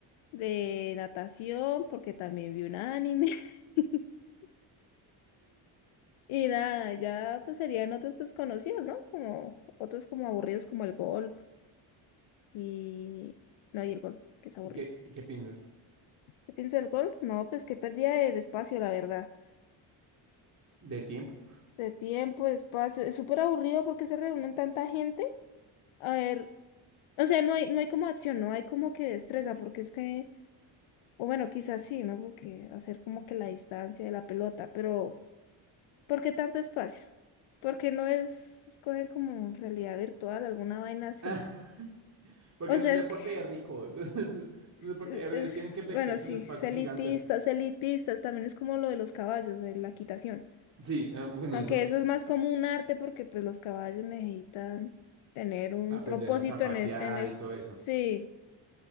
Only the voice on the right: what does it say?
¿Y qué, y qué piensas?
De tiempo.
<laughs> Porque
es
un deporte
de ricos. <laughs> Es, un deporte.
eh, Ellos
tienen que flexear
sus
espacios
gigantes.
Sí, eh, bueno,
eso.
Aprender
a zapatear
y todo eso.